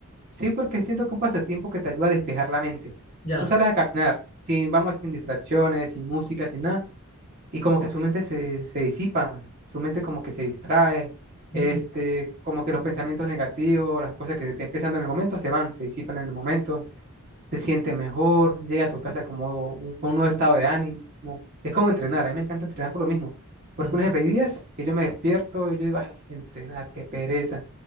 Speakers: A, on the right (about 40°); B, on the left (about 35°).
A: sí, porque siento que es un pasatiempo que te ayuda a despejar la mente.
B: Ya.
A: Tú sales a caminar, sin, vamos, sin distracciones, sin música, sin nada y como que su mente se, se disipa, su mente como que se distrae, este,
B: Mm,
A: como que los pensamientos negativos, las cosas que estén pensando en el momento se van, se disipan en el momento, te sientes mejor, llega a tu casa como un, con un nuevo estado de ánimo. Es como entrenar, a mí me encanta entrenar por lo mismo, porque
B: mm,
A: un ejemplo, hay días que yo me despierto y yo digo, ay, entrenar, qué pereza.